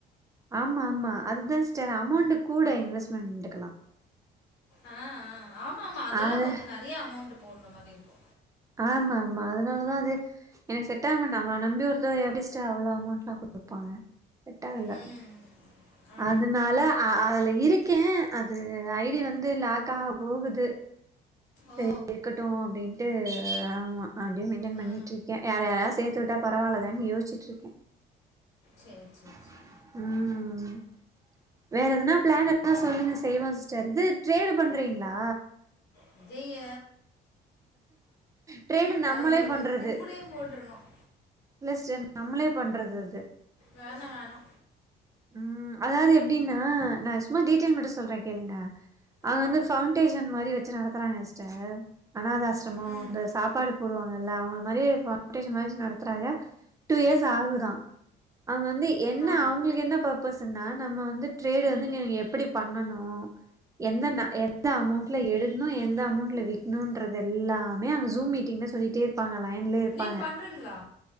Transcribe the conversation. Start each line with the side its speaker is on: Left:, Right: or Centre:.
Right: ஆமா ஆமா அதுதான் சிஸ்டர் அமௌண்ட் கூட இன்வெஸ்ட்மெண்டக்கலாம்
Left: ஆஹ ஆ ஆமா ஆமா அதெல்லாம்
Right: அது
Left: கொஞ்சம் நிறைய அமௌண்ட் போடற மாதி இருக்கும்
Right: ஆமா ஆமா அதனாலதான் அது எனக்கு செட் ஆக மாட்ட நம்மள நம்பி ஒருத்தவ எப்டி சிஸ்டர் அவ்ளோ அமௌண்ட் லாம் கொடுப்பாங்க செட் ஆகல
Left: ம் ஆ
Right: அதனால அதுல இருக்கேன் அது ஐடி வந்து லாக் ஆக போகுது சரி
Left: ஓ
Right: இருக்கட்டும் அப்டின்னு டு ஆமா அப்டியும் மெயின்டன்
Left: ஆ
Right: பண்ணிட்ருக்கேன் யா யாரது சேத்து விட்டா பரவாலதான்னு யோச்சுட்டு இருக்கேன்
Left: சரி சரி
Right: ம்
Left: சரி
Right: ம் வேற எதனா பிளான் இருந்தா சொல்லுங்க செய்வோம் சிஸ்டர் இது ட்ரேடு பண்றீங்களா
Left: விஜய
Right: ட்ரேடு நம்மளே
Left: அதோட
Right: பண்றது
Left: கும்படே போட்டிருணும்
Right: இல்ல சிஸ்டர் நம்ளே பண்றது அது
Left: வேணா வேணா
Right: உம் அதாவது எப்டின்னா நான் டீட்டெயல் மட்டும் சொல்றேன் கேளுங்க அவங்க
Left: ஆ
Right: வந்து ஃபவுண்டேஷன் மாரி வச்சு நடத்துறாங்க சிஸ்டர் அநாத ஆசிரமம்
Left: ம்
Right: இந்த சாப்பாடு போடுவாங்கல்ல அவங்க மாரியே ஃபவுண்டேஷன் மாதி வச்சி நடத்துறாங்க டூ இயர்ஸ் ஆகுதான் அவங்க வந்து என்ன
Left: ஆ
Right: அவங்களுக்கு என்ன பர்பஸ்னா நம்ம வந்து டரேடு வந்து எப்படி பண்ணனும் எந்த எந்த அமௌண்ட்ல எடுக்கணும் எந்த அமௌண்ட்ல விக்கணும்ன்றது எல்லாமே அங்க ஜூம் மீட் டிங் சொல்லிட்டே இருப்பாங்க லயன்லே இருப்பாங்க
Left: நீங்கள் பண்ணுறீங்களா